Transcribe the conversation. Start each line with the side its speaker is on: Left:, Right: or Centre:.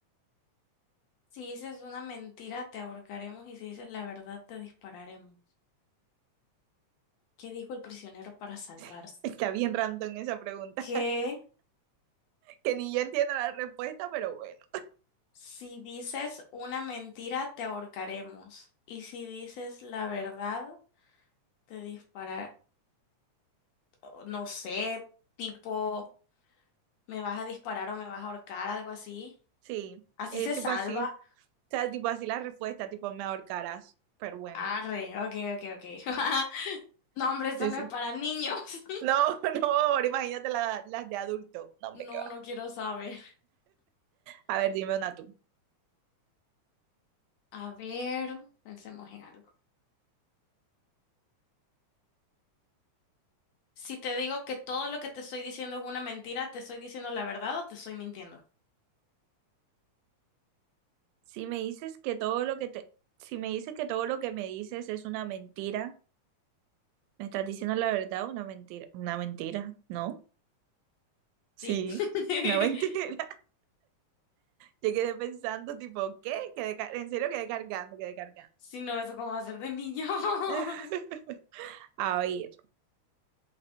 Left: Si dices una mentira, te ahorcaremos y si dices la verdad, te dispararemos. ¿Qué dijo el prisionero para salvarse?
Right: <laughs> Está bien random esa pregunta.
Left: Que
Right: que ni yo entiendo la respuesta, pero bueno,
Left: si dices una mentira, te ahorcaremos. Y si dices la verdad, te disparar. o No sé, tipo, me vas a disparar o me vas a ahorcar, algo así.
Right: sí,
Left: Así
Right: es
Left: se
Right: tipo
Left: salva.
Right: así, o sea, tipo así la respuesta, tipo me ahorcarás, pero bueno.
Left: Arre, ok, ok, ok. <laughs> No, hombre, esto
Right: Sí,
Left: no
Right: sí.
Left: es para niños. <laughs>
Right: No, <laughs> no, ahora imagínate la- las de adulto, no, hombre,
Left: No,
Right: qué va.
Left: no quiero saber.
Right: A ver, dime una tú.
Left: A ver, pensemos en algo. Si te digo que todo lo que te estoy diciendo es una mentira, ¿te estoy diciendo la verdad o te estoy mintiendo?
Right: Si me dices que todo lo que te, si me dices que todo lo que me dices es una mentira, ¿me estás diciendo la verdad o una mentira? Una mentira, ¿no? Sí.
Left: Sí. <laughs>
Right: Una mentira. <laughs> Yo quedé pensando, tipo, ¿qué? Quedé ca- en serio quedé cargando, quedé cargando.
Left: Si no, eso cómo va a ser de niño. <laughs>
Right: <laughs> A ver,